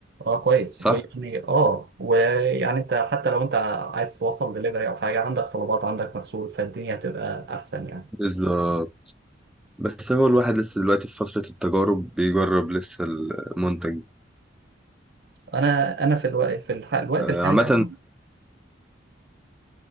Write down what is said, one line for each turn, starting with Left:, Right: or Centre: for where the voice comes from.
Right: اه كويس
Centre: صح
Right: ويعني اه ويعني انت حتى لو انت عايز توصل دليفري او حاجة عندك طلبات عندك مرسول فالدنيا هتبقى احسن يعني
Centre: بالظبط بس هو الواحد لسه دلوقتي في فتره التجارب بيجرب لسه المنتج
Right: انا انا في الوقت في الح- الوقت
Centre: آه،
Right: الحالي
Centre: عامه
Right: ده-